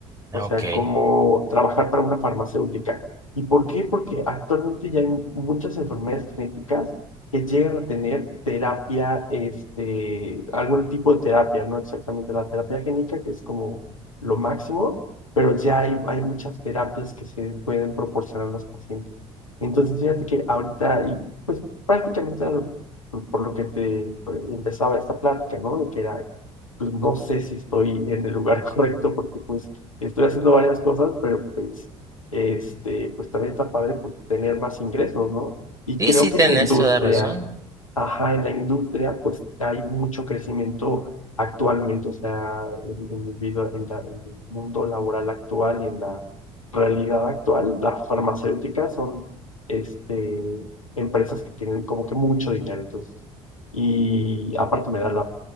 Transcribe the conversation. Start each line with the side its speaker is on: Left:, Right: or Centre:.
Right: ok.
Left: o sea, como trabajar para una farmacéutica. ¿Y por qué? Porque actualmente ya hay muchas enfermedades genéticas que llegan a tener terapia, este, algún tipo de terapia, no exactamente la terapia génica, que es como lo máximo, pero ya hay, hay muchas terapias que se pueden proporcionar a los pacientes. Entonces, fíjate que ahorita, y pues prácticamente era lo que- por lo que te eh, empezaba esta plática, ¿no? De que era, pues no sé si estoy en el lugar <laughs> correcto porque pues Estoy haciendo varias cosas, pero pues, este, pues también está padre pues, tener más ingresos, ¿no? Y
Right: Sí,
Left: creo
Right: sí,
Left: que
Right: tenés
Left: en la industria,
Right: toda razón.
Left: ajá, en la industria, pues hay mucho crecimiento actualmente, o sea, en, en el vida- en la- en el mundo laboral actual y en la realidad actual, las farmacéuticas son, este, empresas que tienen como que mucho dinero, entonces, y aparte me da la,